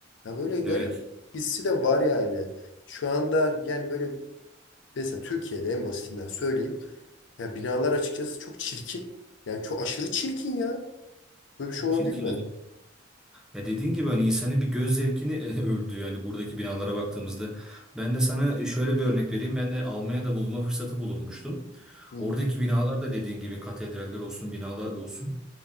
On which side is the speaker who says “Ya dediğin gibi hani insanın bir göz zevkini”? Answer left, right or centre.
Centre